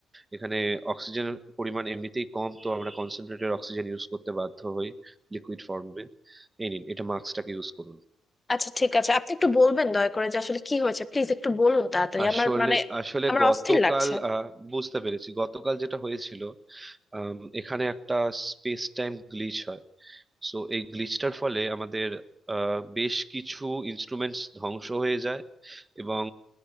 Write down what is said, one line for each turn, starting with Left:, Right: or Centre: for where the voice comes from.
Right: এখানে অক্সিজেন পরিমাণ এমনিতেই কম তো আমরা কনসেন্ট্রেটেড অক্সিজেন ইউজ করতে বাধ্য হই লিকুইড ফর্মে এই নিন এটা মাস্কটাকে ইউজ করুন
Left: আচ্ছা ঠিক আছে আপনি একটু বলবেন দয়া করে যে আসলে কি হয়েছে প্লিজ একটু বলুন তাড়াতাড়ি
Right: আসলে
Left: আমার মানে
Right: আসলে
Left: আমার
Right: গতকাল
Left: অস্থির লাগছে
Right: আহ, বুঝতে পেরেছি গতকাল যেটা হয়েছিল আম, এখানে একটা স্পেস টাইম গ্লিচ হয় সো এই গ্লিচটার ফলে আমাদের আহ, বেশ কিছু ইনস্ট্রুমেন্টস ধ্বংস হয়ে যায় এবং